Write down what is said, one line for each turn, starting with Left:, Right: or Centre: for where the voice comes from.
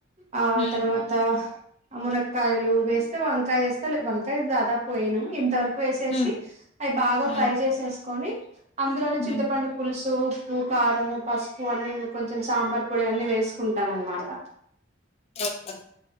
Right: ఆ
Left: ఉమ్
Right: తర్వాత మునక్కాయలు వేస్తే వంకాయ వస్తే వంకాయ దాదాపు వేయను ఇంతవరకు వేసేసి
Left: ఉమ్
Right: అవి బాగా
Left: ఉమ్
Right: ఫ్రై చేసేసుకొని అందులోనే
Left: ఉమ్
Right: చింతపండు పులుసు సూపు కారము పసుపు అన్ని కొంచెం సాంబార్ పొడి అన్ని వేసుకుంటాను అన్నమాట
Left: ఓకే